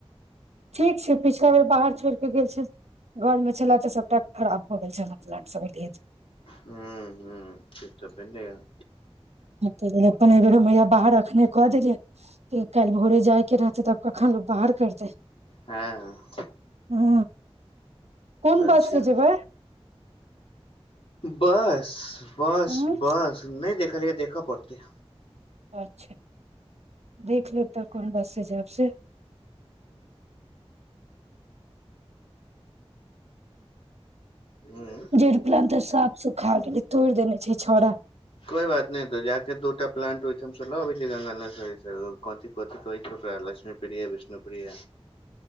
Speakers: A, on the right; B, on the left.
A: ठीक छै पिछला बेर बाहर छोड़ कऽ गेल छै घर मे छलए तऽ सभटा खराब भऽ गेल छलिए
B: हुँ हुँ से तऽ पेने ग
A: तऽ अपन एहि बेर मैया बाहर अखने कऽ देलियै कि काल्हि भोरे जाय के रहते तब कखन लोक बाहर करते
B: हँ
A: ह कोन बस
B: अच्छा
A: से जेबै
B: बस बस
A: ह
B: बस नहि देख देखऽ पड़तै
A: अच्छा देख लेब तऽ कोन बससँ जायब से
B: हूँ
A: जेड़प्लान त साफ सुखा गेलै तोड़ि देने छै छौड़ा
B: कोई बात नहि तो जााके दूटा प्लांट ओहिठाम लऽ अबै छै गंगा नर्सरी क क कह छैकरा लक्ष्मी प्रिय विष्णुपिय